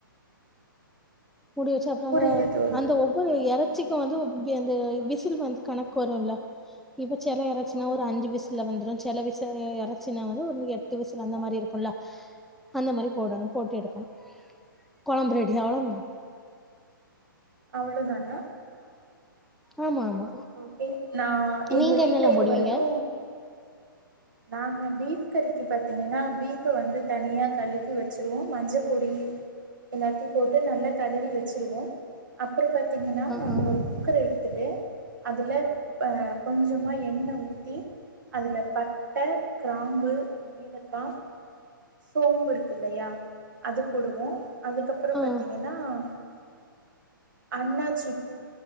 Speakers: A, in the centre; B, on the right (about 60°).
A: மூடி வச்சு அப்றொ
B: புரியுது
A: அந்த
B: தோழி
A: அந்த ஒவ்வொரு எற ச்சிக்கு வந்து அந்த விசில் வந்து கணக்கு வருல்ல இப்போ செல எறச்சினா ஒரு அஞ்சு விசில்ல வெந்த்ரு செல விச எறச்சினா வந்து ஒரு எட்டு விசில் அந்த மாரி இருக்குல்ல அந்த மாரி போடணும் போட்டு எடுக்கணு கொழம்பு ரெடி அவ்வளோந்தா
B: அவ்ளோதான
A: ஆமா, ஆமா,
B: ஓகே நா எங்க
A: நீங்க
B: வீட்ல
A: என்னெல்லாம்
B: இதுவரைக்கு
A: போடுவீங்க
B: நாங்க பீஃப் கறிக்கு பாத்தீங்கன்னா பீஃப்ப வந்து தனியா கழுகி வச்சிருவோ மஞ்ச பொடி எல்லாத்தியு போட்டு நல்லா கழுவி வச்சிருவோ அப்பறோ பாத்தீங்கன்னா
A: ஆ
B: நாங்க
A: ஆ
B: ஒரு குக்கர எடுத்துட்டு அதுல ப கொஞ்சமா எண்ணெ ஊத்தி அதுல பட் ட கிராம்பு ஏலக்கா சோம்பு இருக்கு இல்லையா அது போடுவோ அதுக்கப்பறோ
A: ஆ
B: பாத்தீங்கனா அ அண்ணாச்சிப்பூ,